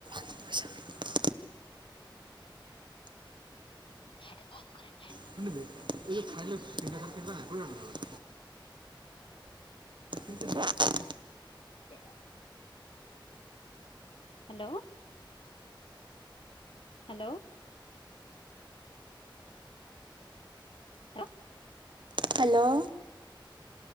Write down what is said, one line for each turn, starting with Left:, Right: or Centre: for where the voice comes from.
Right: <unintelligible>
Left: ସେଟା ବନ୍ଦ କରେ।
Right: <unintelligible> <inaudible>
Left: ତା ହ୍ୟାଲୋ। ହ୍ୟାଲୋ। <unintelligible>
Right: ହ୍ୟାଲୋ।